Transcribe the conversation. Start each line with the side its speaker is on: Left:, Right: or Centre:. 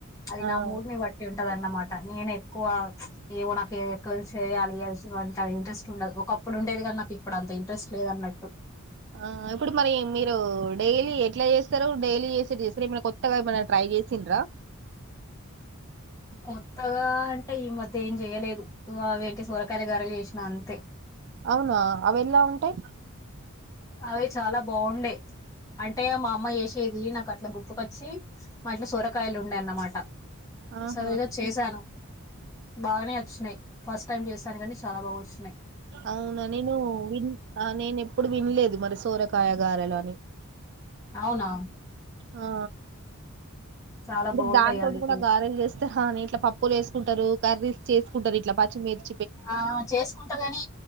Left: అది నా
Right: ఆ
Left: మూడునీ బట్టి ఉం ఉంటదన్నమాట నేను ఎక్కువ ఏమో నాకు ఎక్కువ చేయాలి అంటి ట ఇ ఇంట్రెస్ట్ ఉండదు ఒక అప్పుడు ఉండేది కానీ నాకు ఇప్పుడు అంత ఇంట్రెస్ట్ లేదు అన్నట్టు
Right: ఆ ఇప్పుడు మరి మీరు డైలీ ఎట్లా చేస్తారు డైలీ చేసే చేస్తారు ఏమ కొత్తగా ఏమ ట్రై చేసిండ్రా
Left: కొత్తగా అంటే ఈ మధ్య ఏం చేయలేదు అవేంటి సోరకాయ గర్రలు చేసిన అంతే
Right: అవునా అవ ఎలా ఉంటాయి
Left: అవి చాలా బాగుండే అంటే మా అమ్మ చేసేది నాకు అట్లా గుర్తుకొచ్చి మా ఇట్లో సూరకాయలు ఉండేయ అన్నమాట
Right: ఆహా
Left: సరిగా చేశాను బాగానే వచ్చినయి ఫస్ట్ టైమ్ చేసానుకనీ చాలా బాగా వచ్చినా్
Right: అవునా నేను విన్ నేను ఎప్పుడు వినలేదు మరి సోరకాయగాారలోని
Left: అవునా
Right: ఆ
Left: చాలా
Right: అంటే
Left: బాగుంటాయి
Right: దాని తటి
Left: అవి
Right: కూడా గారెలు చేస్తే హనీ ఇట్లా పప్పులు వేసుకుంటారు కర్రీస్ చేసుకుంటారు ఇట్లా పచ్చి మిర్చి
Left: ఆ చేసుకుంటారు కాని